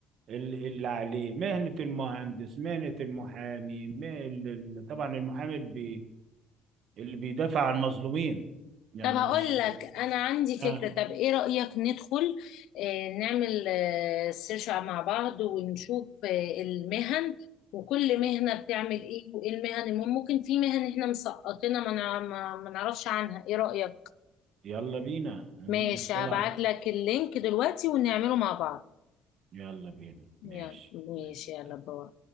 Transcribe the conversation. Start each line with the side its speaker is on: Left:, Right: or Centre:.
Right: ال- اللي عليه مهنة المهندس مهنة المحامي م- ال- ال- طبعا المحامي اللي, بي اللي بيدافع عن المظلومين يعني
Left: طب هقول
Right: مش
Left: لك انا عندي فكرة
Right: آه
Left: طب ايه رأيك ندخل آه نعمل آه سيرش مع بعض ونشوف آه المهن وكل مهنة بتعمل ايه وايه المهن المهم ممكن في مهن احنا مسقطينها ما نع- ما ما نعرفش عنها ايه رأيك
Right: يلا بينا ندخل
Left: ماشي هبعت
Right: على
Left: لك اللينك دلوقتي ونعمله مع بعض
Right: يلا بينا
Left: يلا
Right: ماشي
Left: ماشي
Right: ماشي
Left: يلا باي